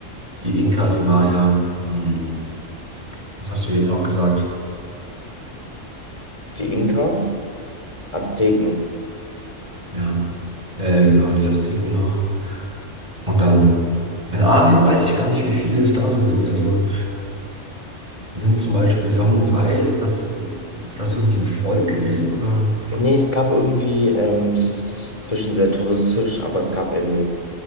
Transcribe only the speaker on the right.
die Inka, die Maya, hm, was hast du eben noch gesagt?
Ja, äh, genau, die Azteken noch. Und dann in Asien weiß ich gar nicht, wie viele es da so gibt. Also sind zum Beispiel Samurai, ist das, ist das irgendwie ein Volk gewesen oder?